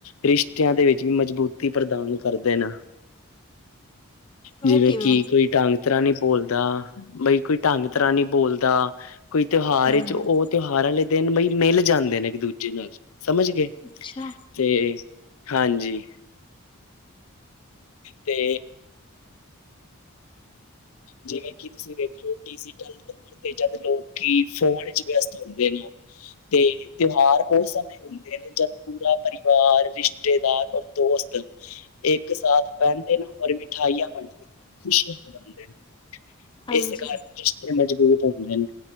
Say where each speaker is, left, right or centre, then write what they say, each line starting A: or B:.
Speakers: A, on the left; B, on the left.
A: ਰਿਸ਼ਤਿਆਂ ਦੇ ਵਿੱਚ ਵੀ ਮਜ਼ਬੂਤ। ਮਜਬੂਤੀ ਪ੍ਰਦਾਨ ਕਰ ਦੇਣਾ, ਜਿਵੇਂ
B: ਉਹ ਕਿਵੇਂ
A: ਕਿ ਕੋਈ। ਢੰਗ ਤਰ੍ਹਾਂ ਨਹੀਂ ਬੋਲਦਾ, ਬਈ ਕੋਈ ਢੰਗ ਤਰ੍ਹਾਂ ਨਹੀਂ ਬੋਲਦਾ ਕੋਈ ਤਿਉਹਾਰ
B: ਹਮ
A: ਵਿੱਚ ਉਹ।
B: ਹਮ
A: ਤਿਉਹਾਰ ਵਾਲੇ ਦਿਨ ਬਈ ਮਿਲ ਜਾਂਦੇ ਨੇ ਇੱਕ ਦੂਜੇ ਨਾਲ', ਸਮਝ ਗਏ।
B: ਅੱਛਾ
A: ਤੇ, ਹਾਂਜੀ। ਤੇ। ਜਿਵੇਂ ਕਿ ਤੁਸੀਂ ਵੇਖੇ ਓ ਡੀਜੀ। ਕਲ ਦੂਰ ਤੇ ਜਦ ਲੋਕੀ ਫੋਨ 'ਚ ਵਿਅਸਤ ਹੁੰਦੇ ਨੇ। ਤੇ ਤਿਉਹਾਰ ਉਸ ਸਮੇ। ਹੁੰਦੇ ਨੇ ਜਦ ਪੂਰਾ ਪਰਿਵਾਰ, ਰਿਸ਼ਤੇਦਾਰ ਔਰ ਦੋਸਤ। ਇੱਕ ਸਾਥ ਪਹਿਨਦੇ ਨੇ ਔਰ ਮਿਠਾਈਆਂ ਵੰਡਦੇ ਨੇ ਔਰ ਖੁਸ਼ੀਆਂ ਮਨਾਉਂਦੇ ਨੇ।
B: ਹਾਂਜੀ
A: ਇਸ ਕਾਰਨ ਰਿਸ਼ਤੇ ਮਜ਼ਬੂਤ ਹੁੰਦੇ ਨੇ'